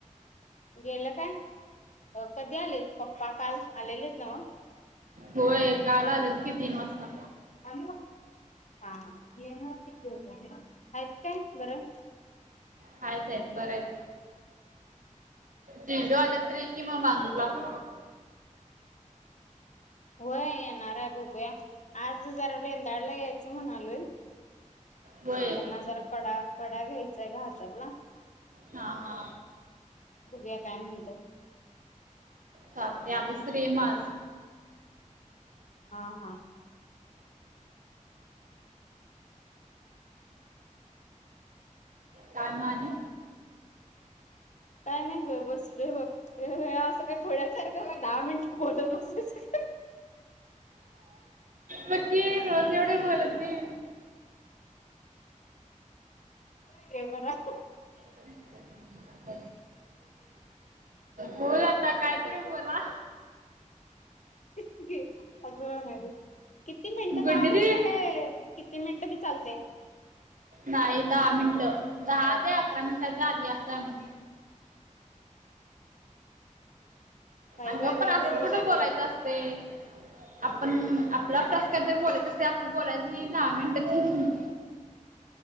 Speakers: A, on the left; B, on the right.
A: गेलं काय कधी आलेत पप्पा काल आलेलेत नव.
B: होय काल आल्यात की तीन वाजता.
A: हॅलो हा हा येणार आहेत <unintelligible> काय बरं?
B: हायत हायत बरायत. जिजू आल्यात तर ये कि म मांगूर ला -
A: होय येनाराय बगुया. आज जरा रेंदाळला यायचं म्हणालोय त्यांना
B: होय
A: जरा कडा कडा घ्यायचाय ग हातातला.
B: हा हा.
A: बघुया काय म्हंत्यात.
B: चालतंय आलीस तर ये म आज.
A: हा हा.
B: काय म आणि?
A: काय नाही बई बसलोय बघ. हे असं काही खुळ्यासारक काय दहा मिनिटं बोलत बसायच काय?
B: बक्की रोज एवढे बोलत नाही.
A: हे बराय.
B: <inaudible> बोल आता कायतरी बोला.
A: तेच की. अस म्हणायच. किती मिनट
B: गुड्डी
A: दहा
B: दीदी
A: मिनट काय? किती मिनटं बी चालतय.
B: नाही दहा मिनटं दहा ते अकरा मिनिटांच्या आधी असाय म्हण.
A: बाय
B: अगं
A: बाय बाय
B: पण असं
A: लई बलायते.
B: कुठं बोलायचं असते. आपण आपला प्रस्कार जर बोलत असते असं बोलायच नाही दहा मिनट तेन. <inaudible>